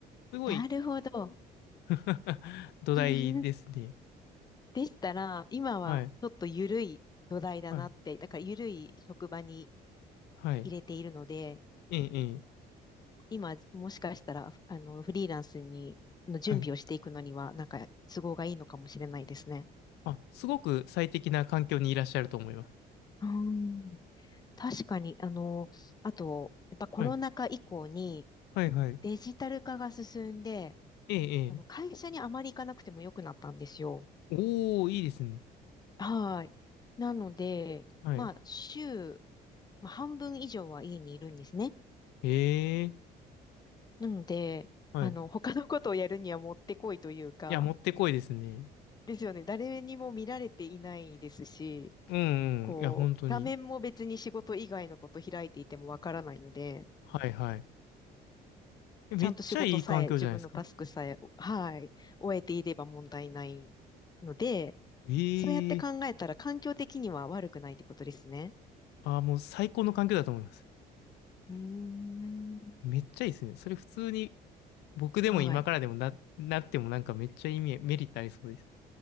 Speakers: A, on the left (about 85°); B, on the left (about 25°).
A: すごい
B: なるほど。
A: <laughs> 土台ですね。
B: <laughs> でしたら、今はちょっと緩い土台だなって、
A: はい、はい、
B: だから緩い職場に
A: はい、
B: 入れているので、
A: ええ、ええ、
B: 今もしかしたら、あの、フリーランスに、の準備をしていくのには、
A: はい。
B: なんか都合がいいのかもしれないですね。
A: あ、すごく最適な環境にいらっしゃると思います。
B: うん、確かに、あの、あと、やっぱコロナ禍以降に
A: はい、はい、はい。
B: デジタル化が進んで、
A: ええ、ええ。
B: あの、会社にあまり行かなくても良くなったんですよ。
A: おー、いいですね。
B: はい。なので、
A: はい。
B: まあ、週、まあ、半分以上は家にいるんですね。
A: へえ、
B: なので、
A: はい。
B: あの、他のことをやるにはもってこいというか、
A: いや、もってこいですね。
B: ですよね。誰にも見られていないですし、
A: うん
B: こう、
A: うん。いや、本当に。
B: 画面も別に仕事以外のこと開いていてもわからないので、
A: はいはい。えめっちゃいい環境じゃないですか。
B: ちゃんと仕事さえ、自分のタスクさえ、はい、終えていれば問題ないので、
A: ええ
B: そうやって考えたら環境的には悪くないってことですね。
A: あーもう最高の環境だと思います。
B: うーん。
A: めっちゃいいですね。それ普通に僕でも今からでもな、
B: はい。
A: なってもなんかめっちゃ意味、メリットありそうです。